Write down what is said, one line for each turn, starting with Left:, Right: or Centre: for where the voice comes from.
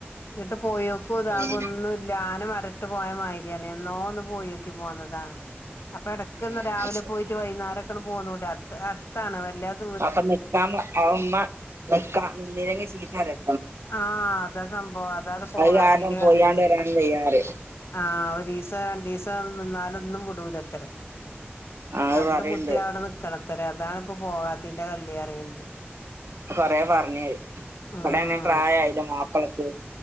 Left: ഇങ്ങിട്ട് പോയോക്കും ഇതാകും
Right: ഉം
Left: ഒന്നുമല്ല ആന മര ഇട്ട് പോയ മായിരിയാണ്, എന്നോ ഒന്ന് പോയോക്കി പോന്നതാണ്. അപ്പ ഇടക്ക്ന്ന
Right: ഉം
Left: രാവിലെ പോയിട്ട്, വൈന്നാരൊക്കെങ്ങട്ട് പൊന്നൂടെ, അത്രെ അടുത്താണ് വല്ലാത
Right: അപ്പൊ നിക്കാമു ആ ഉമ്മ നിക്കാ നിന്നിലെങ്കി ചീത്തറയ
Left: ആഹ് അതാ സംഭവ അതാ അത് പോകാ
Right: കാരണം
Left: ത്തീന്റെ കൻഡീസന്.
Right: പോയാണ്ട് വരാനും വയ്യാറിയും
Left: അഹ് ഒരീസ രണ്ടീസ നിന്നാലൊന്നും വ്ടൂലത്രേ.
Right: അത്
Left: കണ്ട്
Right: പറയണ്ട്
Left: മുട്ടി അവിടെ നിക്കണത്തറെ, അതാണ് പ്പപ്പോവാത്തീന്റെറെ കള്ളിയറിയ്ണണ്ട്.
Right: കൊറേ പറഞ്ഞ,
Left: ഉം
Right: വ്ടെണെ പ്രായായില്ലേ മാപ്പളക്ക്.